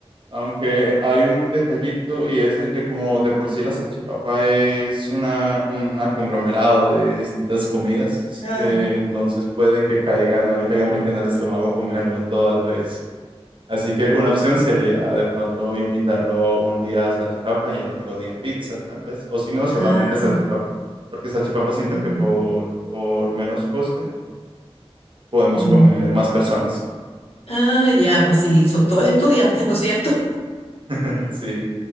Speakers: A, on the right; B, on the left.
A: aunque hay un detallito y es de que como de por sí la salchipapa es una, un conglomerado de distintas comidas,
B: Ah,
A: eh, entonces puede que caiga, no le caiga muy bien al estómago comerlo todo a la vez. Así que una opción sería de pronto invitarlo un día a salchipapa y el otro día pizza, tal vez. O si no, solamente
B: ah,
A: salchipapa. Porque salchipapa siento
B: sí.
A: que por, por menos coste podemos
B: Mm.
A: comer más personas.
B: Ah, ya, pues sí, son todos estudiantes, ¿no es cierto?
A: <laughs> Sí,